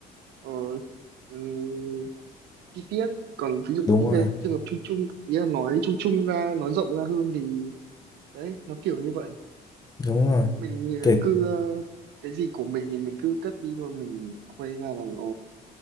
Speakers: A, on the right (about 80°); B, on the left (about 20°).
A: ờ, ừm, chi tiết còn ví dụ
B: đúng
A: những
B: rồi
A: cái trường hợp chung chung ý là nói chung chung ra nói rộng ra hơn thì đấy nó kiểu như vậy
B: đúng rồi
A: mình
B: kịp
A: ờ, cứ ờ, cái gì của mình thì mình cứ cất đi thôi mình quay ra là nó